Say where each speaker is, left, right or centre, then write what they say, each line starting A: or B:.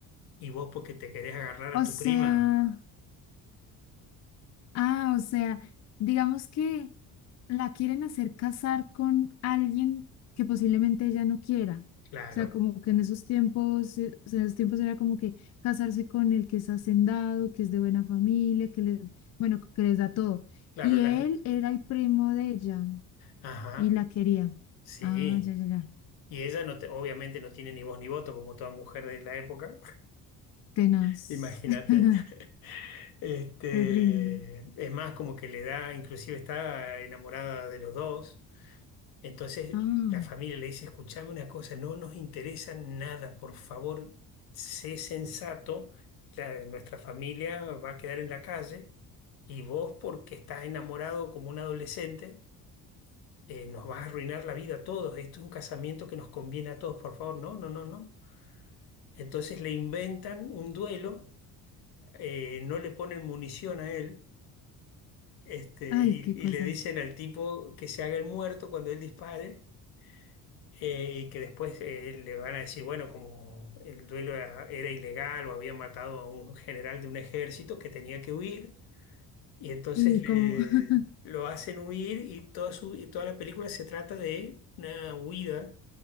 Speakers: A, on the left; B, on the left.
A: Y vos porque te querés agarrar
B: O
A: a tu
B: sea.
A: prima,
B: Ah, o sea, digamos que la quieren hacer casar con alguien que posiblemente ella no quiera.
A: claro.
B: O sea, como que en esos tiempos, eh, o sea, en esos tiempos era como que casarse con el que es hacendado, que es de buena familia, que les, bueno, que les da todo.
A: Claro,
B: Y
A: las...
B: él era el primo de ella
A: Ajá.
B: y la quería.
A: Sí,
B: Ah, ya, ya, ya.
A: y ella no te- obviamente no tiene ni voz ni voto como toda mujer de la época,
B: Tenaz.
A: <laughs> imagínate. <laughs>
B: <laughs>
A: Este,
B: Terrible.
A: es más como que le da, inclusive está enamorada de los dos, entonces
B: Ah,
A: la familia le dice, escuchame una cosa, no nos interesa nada, por favor, sé sensato, la- nuestra familia va a quedar en la calle y vos porque estás enamorado como un adolescente. eh, nos vas a arruinar la vida a todos, esto es un casamiento que nos conviene a todos, por favor, no, no, no, no. Entonces le inventan un duelo, eh, no le ponen munición a él, este,
B: ay,
A: y,
B: qué
A: y
B: cosas.
A: le dicen al tipo que se haga el muerto cuando él dispare, eh, y que después eh, le van a decir, bueno, como el duelo era, era ilegal o había matado a un general de un ejército que tenía que huir, y entonces
B: Y
A: le...
B: como <laughs>
A: Lo hacen huir y toda, su, y toda la película se trata de una huida